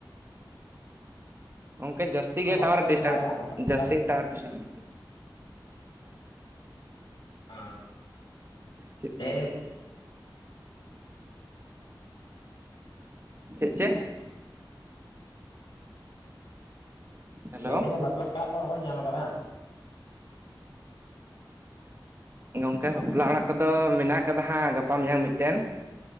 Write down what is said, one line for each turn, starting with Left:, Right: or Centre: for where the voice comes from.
Right: ᱜᱚᱢᱠᱮ ᱡᱟᱹᱥᱛᱤ
Left: ᱠᱚ
Right: ᱜᱮ
Left: ᱵᱟᱯᱮ
Right: ᱴᱟᱣᱟᱨ
Left: ᱧᱟᱢ
Right: ᱰᱤᱥᱴᱟᱨᱵ
Left: ᱵᱟᱲᱟᱭᱮᱫᱟ ᱵᱟᱯᱞᱟ
Right: <inaudible> ᱡᱟᱹᱥᱛᱤ
Left: ᱚᱲᱟᱜ?
Right: ᱜᱮ ᱴᱟᱣᱟᱨ‌ ᱮ ᱰᱤᱥᱴᱟᱨᱵ
Left: ᱚ
Right: ᱪᱮᱫ
Left: ᱞᱟᱹᱭ
Right: ᱪᱮᱫ ᱪᱮᱫ ᱦᱮᱞᱳ
Left: ᱞᱟᱹᱭ ᱮᱫᱟᱞᱤᱧ ᱵᱟᱯᱞᱟ ᱚᱲᱟᱜ <inaudible> ᱠᱚ ᱵᱟᱵᱮᱱ ᱧᱟᱢ ᱠᱟᱫᱟ
Right: ᱜᱚᱢᱠᱮ ᱵᱟᱯᱞᱟ ᱚᱲᱟᱜ ᱠᱚᱫᱚ ᱢᱮᱱᱟᱜ ᱠᱟᱫᱟ ᱦᱟᱸᱜ ᱜᱟᱯᱟ ᱢᱮᱭᱟᱝ ᱢᱤᱫᱴᱮᱱ